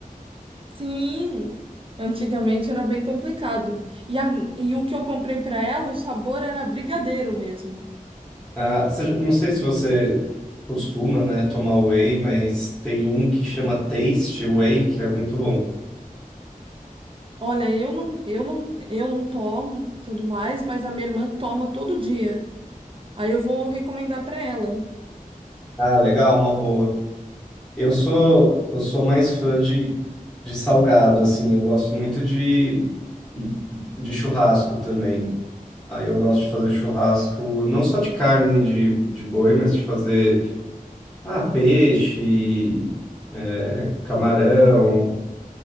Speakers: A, on the right (about 40°); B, in the centre.
A: Sim, antigamente era bem complicado. E, a- e o que eu comprei para ela, o sabor era brigadeiro mesmo.
B: Ah, você- não sei se você costuma, né, tomar whey, mas tem um que chama Taste Whey, que é muito bom.
A: Olha, eu não, eu não, eu não tomo tudo mais, mas a minha irmã toma todo dia. Aí eu vou recomendar para ela.
B: Ah, legal, uma boa. Eu sou eu sou mais fã de, de salgado, assim. Eu gosto muito de, de churrasco também. Aí eu gosto de fazer churrasco não só de carne de, de boi, mas de fazer ah, peixe, é, camarão,